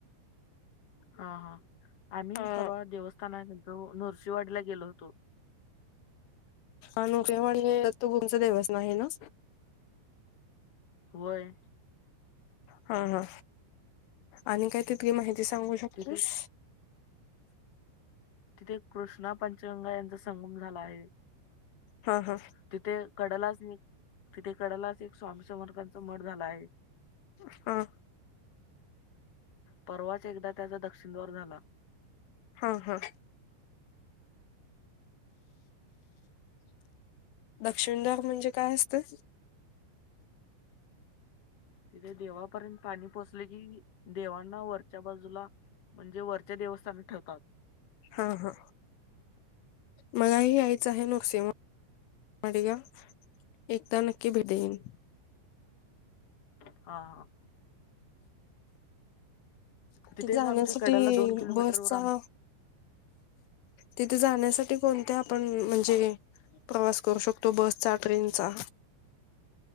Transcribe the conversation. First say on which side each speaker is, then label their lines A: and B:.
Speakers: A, on the left; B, on the left.
A: हा हा आम्ही
B: अ
A: परवाळा देवस्थाना जो नरसिवाडीला गेलो होतो.
B: अनु केवण तो गुमच देवस नाही ना.
A: होय.
B: हा हा आणि काय तिितली माहिती सांगू शकतोस.
A: तिथे तिथे कृष्णा पंचगंगा यांचा संगम झाला आहे.
B: हा हा
A: तिथे कडलाच तिथे कडलाच एक स्वामी समर्कांचा मठ झाला आहे.
B: हा.
A: परवाच एकदा त्याचा दक्षिणद्वार झाला.
B: हा हा. दक्षिणदााग म्हणजे काय असतं.
A: तिथे देवापर्यंत पाणी पोचले कि देवांना वर. च्या बाजूला म्हणजे वरचे देवस्थान ठेवतात.
B: हा हा मलाही यायचं आहे नुकसे म मगा. एकदा नक्की भेट देन
A: हा हा
B: तिथे
A: तिथेच
B: जाण्यासाठी
A: आमच्या कड्याला दोन किलोमीटरवर
B: बसचा.
A: आम
B: तिथे जाण्यासाठी कोणत आपण म्हणजे प्रवास करू शकतो बसचा ट्रेनचा.